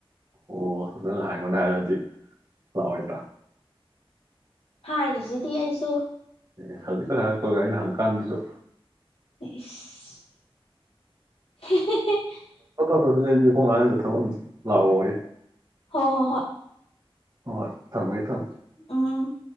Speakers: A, on the right (about 45°); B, on the left (about 85°).
A: ꯑꯣ ꯅꯪ ꯍꯥꯏ ꯑꯩꯉꯣꯟꯗ ꯍꯥꯏꯔꯛꯑꯗꯤ ꯂꯥꯛꯑꯣꯏꯗ꯭ꯔ
B: ꯍꯥꯏꯔꯤꯁꯤꯗꯤ ꯑꯩꯖꯨ
A: ꯑꯦ ꯍꯧꯖꯤꯛꯈꯛ ꯍꯥꯏꯔꯛꯄꯒ ꯑꯩꯅ ꯍꯪꯉꯀꯥꯟꯗꯁꯨ
B: ꯏꯁ <inaudible>
A: ꯍꯣ ꯑꯩꯗꯨꯗꯤ ꯈꯣꯃꯥ ꯊꯕꯛ ꯑꯃ ꯂꯥꯛꯑꯣꯌꯦ
B: ꯍꯣ ꯍꯣ ꯍꯣꯏ
A: ꯍꯣꯏ ꯊꯝꯃꯩ ꯊꯝ
B: ꯎꯝ